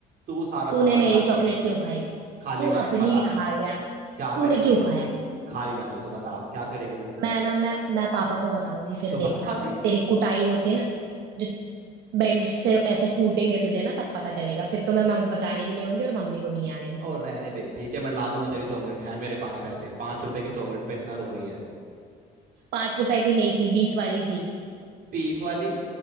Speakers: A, on the right; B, on the right.
A: तू सारा सामान
B: तूने मेरी
A: खाती
B: चॉकलेट
A: है
B: क्यों खाई
A: खा ली
B: तू
A: मैंने
B: अपनी
A: बता
B: भी खा गया
A: क्या
B: तूने
A: करेगी
B: क्यों
A: तू
B: खाया
A: खा लिया मैं तो बता अब क्या करेगी तू
B: मैं ना मैं मैं पापा को बताऊंगी फिर
A: तो
B: देखना
A: बता दे
B: तेरी कुटाई होती है ना जो बेल्ट से ऐसे कूटेंगे तुझे ना तब पता चलेगा फिर तो मैं मम बचाने भी नहीं होंगी और मम्मी को भी नहीं आने दूंगी
A: और रहने दे ठीक है मैं ला दूंगा तेरी चॉकलेट है मेरे पास पैसे पांच रुपए की चॉकलेट पे इतना रो रही है
B: पांच रुपए की नहीं थी बीस वाली थी
A: पीस वाली